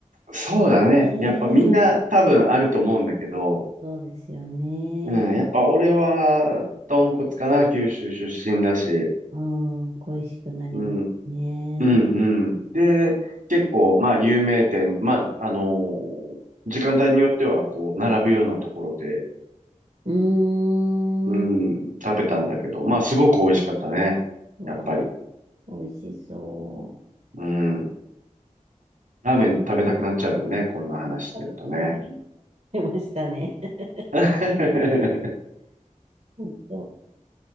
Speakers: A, on the right; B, on the right.
A: そうだね。
B: ええ
A: やっぱみんな多分あると思うんだけど、
B: そうですよね。
A: うん。やっぱ俺は豚骨かな。九州出身だし。
B: ああ、恋しくなりますね。
A: うん。うんうん。で、結構、まあ、有名店、まあ、あのー時間帯によっては、こう、並ぶようなところで、
B: うーん。
A: うん、食べたんだけど、まあ、すごく美味しかったね。
B: うわあ、
A: やっぱり。
B: 美味しそ
A: うん。ラーメン食べたくなっちゃうよね。こんな話してるとね。
B: う。食べちゃ、食べちゃいましたね。<laughs>
A: <laughs>
B: 本当、